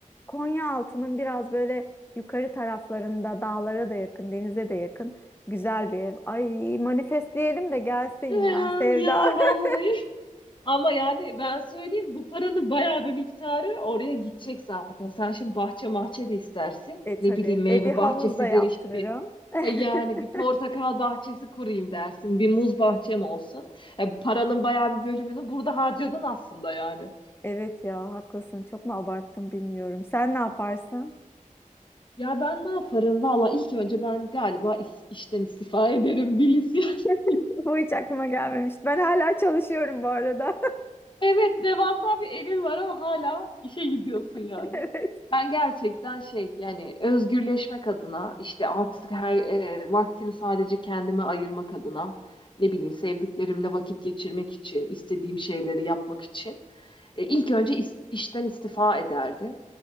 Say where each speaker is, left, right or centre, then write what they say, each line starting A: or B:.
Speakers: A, on the left; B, on the left.
A: Konyaaltı'nın biraz böyle yukarı taraflarında dağlara da yakın, denize de yakın güzel bir ev. Ay manifestleyelim de gelsin
B: Ya,
A: ya Sevda.
B: ya
A: <laughs>
B: vallahi <laughs> ama yani ben söyleyeyim bu paranın bayağı bir miktarı oraya gidecek zaten. Sen şimdi bahçe mahçe de istersin.
A: E tabii.
B: Ne bileyim meyve
A: E bir havuz
B: bahçesidir
A: da yaptırırım.
B: işte bir
A: <laughs>
B: e yani bir portakal bahçesi kurayım dersin. Bir muz bahçem olsun. E, paranın bayağı bir bölümünü burada harcadın aslında yani.
A: Evet ya haklısın. Çok mu abarttım bilmiyorum. Sen ne yaparsın?
B: Ya ben ne yaparım? Valla ilk önce ben galiba is- işten istifa <laughs> ederim Bilis ya. <laughs>
A: <laughs> Bu hiç aklıma gelmemişti. Ben hala çalışıyorum bu arada.
B: Evet devasa bir evin var ama hala işe gidiyorsun
A: <laughs>
B: yani.
A: Evet.
B: Ben gerçekten şey yani özgürleşmek adına işte artık her e, vaktimi sadece kendime ayırmak adına ne bileyim sevdiklerimle vakit geçirmek için istediğim şeyleri yapmak için e, ilk önce is- işten istifa ederdim.